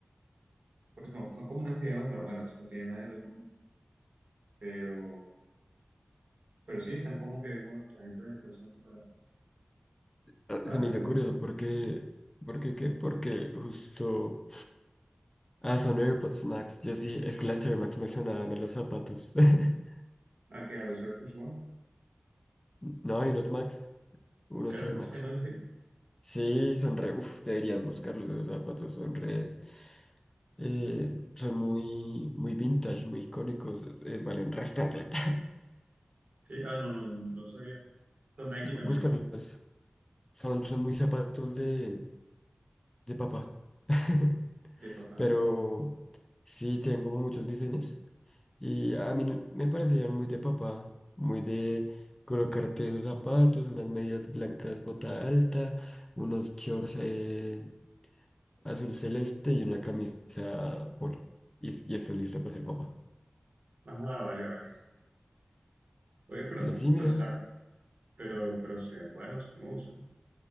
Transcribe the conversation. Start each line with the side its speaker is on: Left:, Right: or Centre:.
Right: Pues no, son como unas diademas normales, no tienen nada del otro mundo, pero, pero sí están como que vemos, la gente las está usando para,
Left: Ah,
Right: para
Left: se me hizo
Right: todo.
Left: curioso, porque, porque qué? Porque justo, ah, son AirPods Max, yo sí, es que las Air Max me sonaban a los zapatos. <laughs>
Right: Ah, que a los Air Force One,
Left: No, hay unos Max, unos
Right: ¿eran
Left: Air
Right: más?
Left: Max.
Right: ¿Se llaman así?
Left: Sí, son re, uff, deberías buscarlos, esos zapatos son re... eh, son muy, muy vintage, muy icónicos, eh, valen resto de plata.
Right: Sí, ah, no, no, no sabía. Son Nike
Left: <laughs> Bú-
Right: también,
Left: Búscalos. Son, son muy zapatos de, de papá. <laughs>
Right: de papá.
Left: Pero sí, tienen como muchos diseños. Y a mí no- me parecían muy de papá, muy de colocarte esos zapatos, unas medias blancas, bota alta, unos shorts eh, azul celeste y una camisa polo. Y, y estás listo para ser papá.
Right: Ah, vale, vale. Oye, pero
Left: Pero
Right: no,
Left: sí, mira,
Right: pero está, pero, pero se ven buenos, se me gustan.